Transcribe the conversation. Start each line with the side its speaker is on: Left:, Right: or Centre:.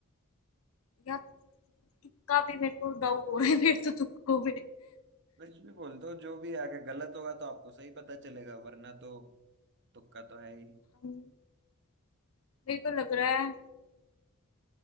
Left: यार तुक्का भी मेरे को डाउट हो रहा है मेरे तो तुक्कों में
Right: कुछ भी बोल दो जो भी आगे गलत होगा तो आपको सही पता चलेगा वरना तो तुक्का तो है ही
Left: अम, मेरे को लग रहा है